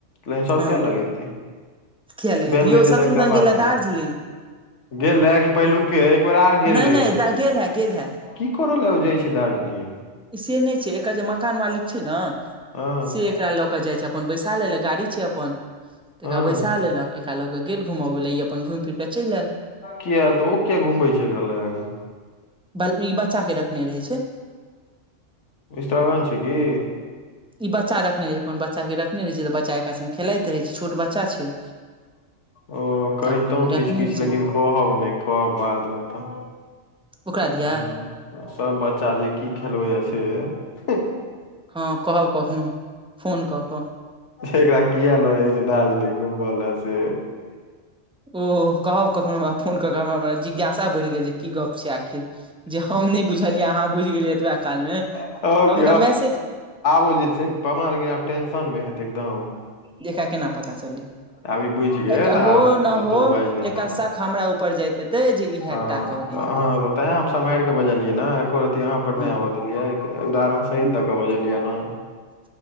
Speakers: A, on the left (about 65°); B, in the centre.
A: लेकीन सब
B: हँ
A: की लगेतै
B: किया लगेतै
A: भेल
B: यौ
A: रहितै
B: शत्रुघ्न
A: तऽ एकटा बात
B: गेल हे दार्जिलिंग
A: ओ गेल रहए कि पहिलुके एक बेर आर गेल
B: नहि
A: रहै
B: नहि गेल हे गेल हे
A: की कर लए ओ जाइ छै दार्जिलिंग
B: से नै छै एकर जे मकान मालिक जे छै न
A: हँ
B: से एकरा लऽ क जाय छै अपन बैसा लेलक गाड़ी छै अपन त
A: हँ
B: एकरा बैसा लेलक एकरा लऽ कऽ गेल घुमबै लए ई अपन घुमि फिर कऽ चलि आयल
A: किया तऽ ओ किया घुमबै छियै एकरा लगाक
B: बल ई बच्चा के रखने रहै छै
A: इस्त्रगण छै कि
B: ई बच्चा रखने रहै छै अपनच्चा के रखने रहै छै तऽ बच्चा एका संगे खेलाइत रहै छै छोट बच्चा छै <inaudible>
A: ओ कहितौं
B: तऽ अपन रखने
A: किछ किछ
B: रहै छै
A: लेकिन कहब नै कहब बादमे तहनऽ
B: ओकरा दिया
A: हँ सब बच्चा जे की खेलबैए से अई
B: हँ कहब कखनो फोन कऽ कऽ
A: एकरा किया लऽ जाइ छै दार्जलिंग घूमबै ला से
B: ओ कहब कखनो हमरा फोन क क हमरा हम जिज्ञासा बढ़ि गेल जे की गप छै आखिर जे हम नै बुझलियै अहाँ बुझि गेलियै एतबा काल मे
A: <unintelligible> आब
B: हम एकरा मैसेज
A: ओ जे छै पबन लेकिन आब टेंशनमे हेतै एकदम
B: देखऽ केना पता चललै
A: आब ई बुझि गेल
B: एक
A: आब
B: हो न
A: कतहु
B: हो
A: बाजि नहि
B: एका
A: दै
B: शक हमरा ऊपर जाइत हेतै इहे
A: हँ
B: टा कहने
A: त अहाँ
B: हेतै
A: तैं हम सम्हारि कऽ बजलियै न एको रति अहाँ पर
B: हँ
A: नै आबऽ देलियै उदाहरण सही
B: हँ
A: दऽ कऽ बजलिया न
B: <inaudible>